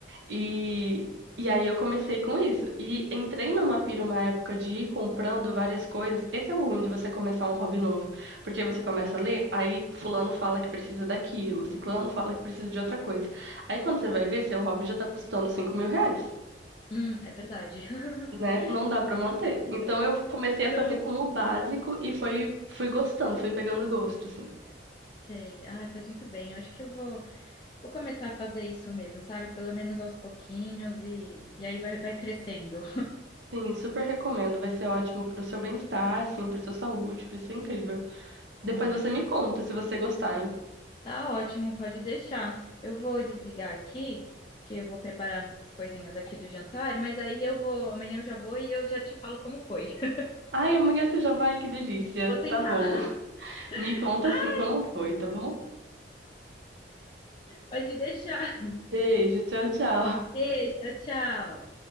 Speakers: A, on the right; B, on the left.
A: E, e aí eu comecei com isso. E entrei numa pira uma época de ir comprando várias coisas. Esse é o ruim de você começar um hobby novo. Porque você começa a ler, aí fulano fala que precisa daquilo, ciclano fala que precisa de outra coisa. Aí quando você vai ver, seu hobby já tá custando cinco mil reais.
B: Hum, é verdade. <laughs>
A: Né? Não dá pra manter. Então eu comecei a
B: Não.
A: fazer como básico e foi, fui gostando, fui pegando gosto, assim.
B: Sei. Ah, fez muito bem. Eu acho que eu vou, vou começar a fazer isso mesmo, sabe? Pelo menos aos pouquinhos e, e aí vai, vai crescendo.
A: Sim, super recomendo. Vai ser ótimo pro seu bem-estar, assim, pra sua saúde. Vai ser incrível. Depois
B: Ai,
A: você me conta se você gostar, hein?
B: tá ótimo, pode deixar. Eu vou desligar aqui, que eu vou preparar as coisinhas aqui do jantar, mas aí eu vou, amanhã eu já vou e eu já te falo como foi. <laughs>
A: Ai, amanhã você já vai, que delícia.
B: Vou tentar.
A: Tá bom. <laughs> Me
B: <laughs>
A: conta assim como foi, tá bom?
B: Pode deixar.
A: Beijo, tchau, tchau.
B: Beijo, tchau.